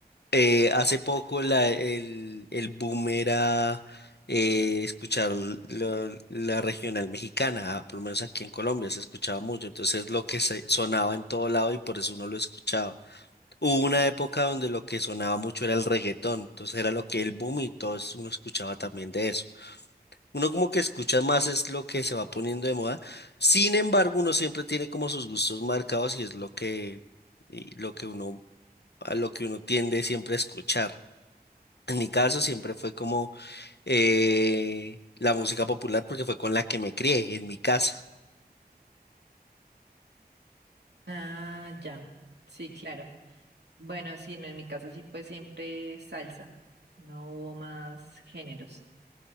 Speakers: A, on the left; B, on the right.
A: Eh, hace poco la- el, el boom era eh, escuchar la, la regional mexicana, por lo menos aquí en Colombia se escuchaba mucho, entonces lo que se sonaba en todo lado y por eso uno lo escuchaba. Hubo una época donde lo que sonaba mucho era el reggaetón, entonces era lo que el boom y todos uno escuchaba también de eso. Uno como que escucha más es lo que se va poniendo de moda, sin embargo uno siempre tiene como sus gustos marcados y es lo que, y lo que uno, a lo que uno tiende siempre a escuchar. En mi caso siempre fue como eh, la música popular porque fue con la que me crié en mi casa.
B: Ah, ya. Sí, claro. Bueno, sí, no, en mi casa sí fue siempre salsa. No hubo más géneros.